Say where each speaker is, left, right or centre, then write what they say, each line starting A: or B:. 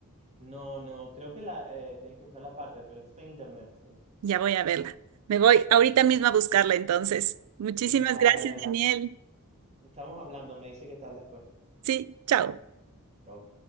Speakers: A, on the right; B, on the right.
A: No, no, creo que la eh, tienen que buscar la parte, pero eso está en internet, sí.
B: Ya voy a verla. Me voy ahorita
A: Ujú.
B: mismo a buscarla entonces. Muchísimas
A: Vale.
B: gracias, Daniel.
A: Estamos hablando, me dice qué tal después.
B: Sí, chao.
A: Chau.